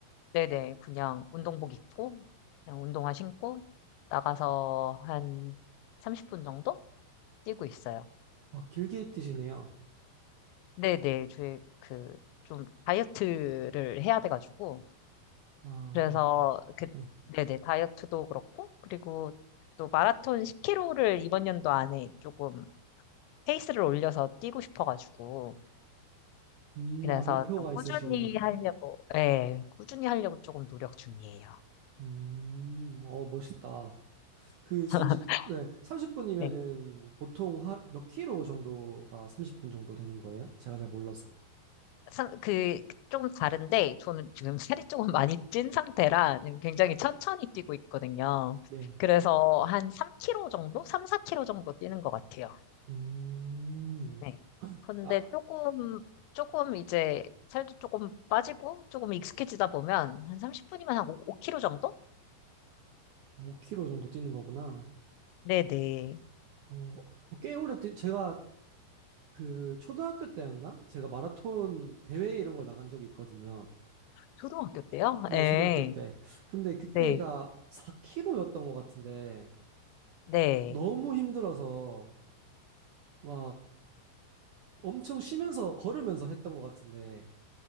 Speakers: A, on the left; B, on the right.
A: 네네, 그냥 운동복 입고, 그냥 운동화 신고, 나가서 한 30분 정도 뛰고 있어요.
B: 어, 길게 뛰시네요.
A: 네네, 저희 그 좀 다이어트를 해야 돼가지고,
B: 아,
A: 그래서
B: 그렇구나.
A: 그
B: 네.
A: 네네 다이어트도 그렇고 그리고 또 마라톤 10km를 이번 연도 안에 조금 페이스를 올려서 뛰고 싶어가지고
B: 음,
A: 그래서
B: 아, 목표가
A: 좀 꾸준히
B: 있으시구나.
A: 하려고 예 꾸준히 하려고 조금 노력 중이에요.
B: 음, 어, 멋있다. 그 30,
A: <laughs>
B: 네, 30분이면은
A: 네.
B: 보통 하, 몇 킬로 정도가 30분 정도 되는 거예요? 제가 잘 몰라서.
A: 상, 그 조금 다른데 저는 지금 살이 조금 많이 찐 상태라 굉장히 천천히 뛰고 있거든요.
B: 네.
A: 그래서 한 3km 정도, 3, 4km 정도 뛰는 것 같아요.
B: 음,
A: 네. 근데
B: 아,
A: 조금, 조금 이제 살도 조금 빠지고 조금 익숙해지다 보면 한 30분이면 한 5, 5kg 정도?
B: 5킬로 정도 뛰는 거구나.
A: 네네.
B: 어, 어, 꽤 오래 뛰, 제가 그 초등학교 때였나? 제가 마라톤 대회 이런 걸 나간 적이 있거든요.
A: 초등학교 때요?
B: 네,
A: 예.
B: 초등학교 때. 근데 그때가
A: 네.
B: 4km였던 것 같은데
A: 네.
B: 너무 힘들어서 막 엄청 쉬면서 걸으면서 했던 것 같은데